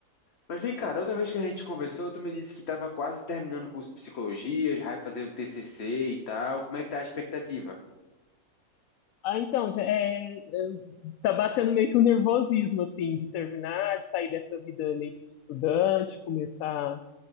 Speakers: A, on the left; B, on the left.
A: Mas vem, cara, outra vez que a gente conversou, tu me disse que tava quase terminando o curso de psicologia, já vai fazer o TCC e tal. Como é que tá a expectativa?
B: Ah, então, já é, é, tá batendo meio que o nervosismo, assim, de terminar, de sair dessa vida meio que de estudante, começar